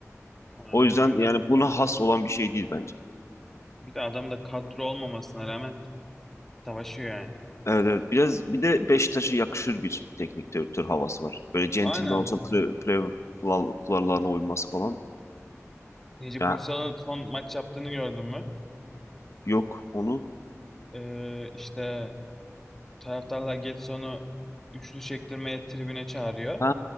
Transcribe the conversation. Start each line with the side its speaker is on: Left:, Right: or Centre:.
Centre: Aynen
Left: O yüzden
Centre: öyle.
Left: yani buna has olan bir şey değil bence.
Centre: Bir de adam da kadro olmamasına rağmen savaşıyor yani.
Left: Evet evet biraz bir de Beşiktaş'a yakışır bir teknik direktör havası var. Böyle centilmen
Centre: Aynen.
Left: olsun pre, pre kural- kurallarına uyması falan.
Centre: Necip
Left: Ya
Centre: Uysal'ın son maç yaptığını gördün mü?
Left: yok onu.
Centre: Ee, işte taraftarlar Getson'u üçlü çektirmeye tribüne çağırıyor.
Left: Ha,